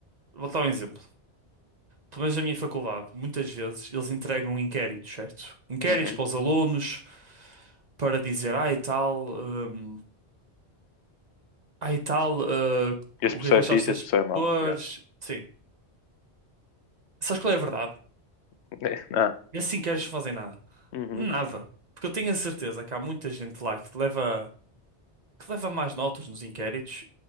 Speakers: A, on the right (about 40°); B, on the left (about 80°).
A: vou dar um exemplo. pelo menos na minha faculdade, muitas vezes eles entregam inquéritos, certo? Inquéritos
B: Uhum.
A: para os alunos para dizer, ai e tal, hum, ai e tal, ah,
B: Este
A: o
B: professor
A: que é que achaste
B: é fixe,
A: destes
B: este professor é mau.
A: professores?
B: Yeah.
A: Sim. Sabes qual é a verdade?
B: <laughs> Ah.
A: Esses inquéritos não fazem nada.
B: Uhum.
A: Nada. Porque eu tenho a certeza que há muita gente lá que leva, que leva mais notas nos inquéritos